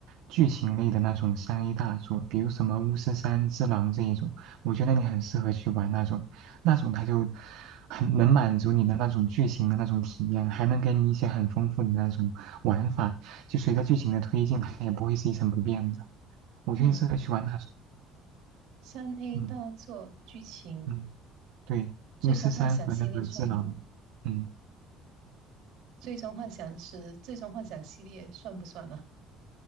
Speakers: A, on the right; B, on the right.
A: 剧情类的那种三 A 大作，比如什么《巫师三》《只狼》这一种，我觉得你很适合去玩那种，那种它就很能满足你的那种剧情的那种体验，还能给你一些很丰富的那种玩法，就随着剧情的推进，它也不会是一成不变的。我觉得你适合去玩那种，
B: 嗯。三 A
A: 嗯
B: 大作剧情
A: 嗯，对，
B: 《最终幻想》系列算吗？
A: 《巫师三》和那个《只狼》，嗯。
B: 《最终幻想》是《最终幻想》系列算不算啊？